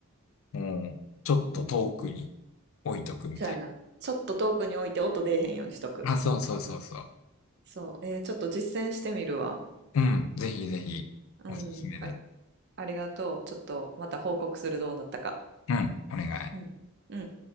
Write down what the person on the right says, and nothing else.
う。うん。
そうやな。ちょっと遠くに置いて音出えへんようにしとく。
そう。えーちょっと実践してみるわ。
うん。
あ、ありがとう。ちょっとまた報告するどうなったか。
うん。うん。